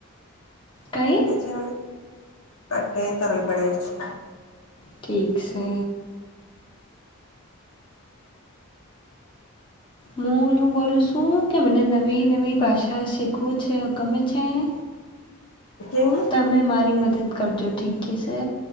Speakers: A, on the left; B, on the left.
A: કઈ
B: એમ કે જે આટેટે તરઈ બનાવી છે,
A: ઠીક છે, મૂનું હુ બોલું શું કે મને નવી નવી ભાષા શીખવું છે, ગમે છેને
B: કેમ
A: તમે મારી મદદ કરજો ઠીક છે,